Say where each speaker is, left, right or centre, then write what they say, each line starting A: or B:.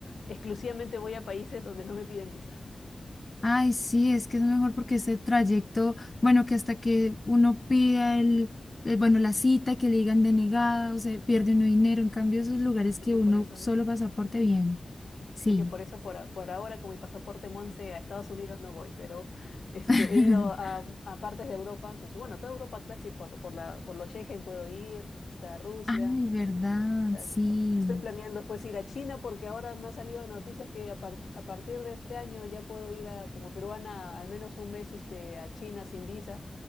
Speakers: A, on the left; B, on the left.
A: exclusivamente voy a países donde no me piden visa.
B: Ay, sí, es que es mejor porque ese trayecto, bueno, que hasta que uno pida el, eh, bueno, la cita, y que le digan denegada, o sea, pierde uno dinero. En cambio, esos lugares
A: Así
B: que
A: que
B: uno
A: por eso,
B: solo pasaporte bien. Sí.
A: así que por eso por, a- por ahora con mi pasaporte Monse a Estados Unidos no voy, pero este,
B: <laughs>
A: he ido a, a partes de Europa, como que bueno, toda Europa clásica por, por la, por los Schengen puedo ir, hasta Rusia,
B: Ay, verdad,
A: As-
B: sí.
A: Estoy planeando pues ir a China porque ahora me ha salido de noticias que a, par- a partir de este año ya puedo ir a, como peruana al menos un mes este, a China sin visa.